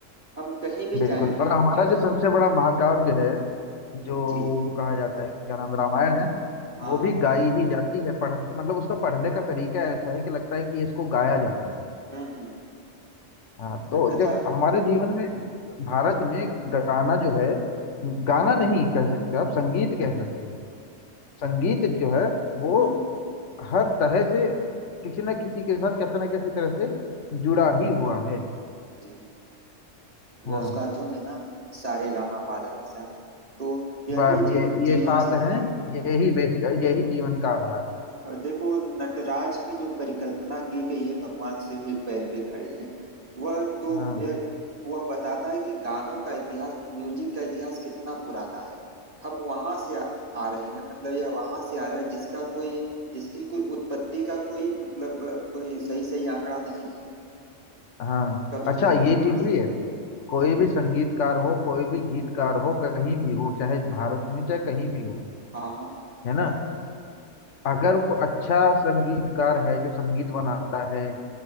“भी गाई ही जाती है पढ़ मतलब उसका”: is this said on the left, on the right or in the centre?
Left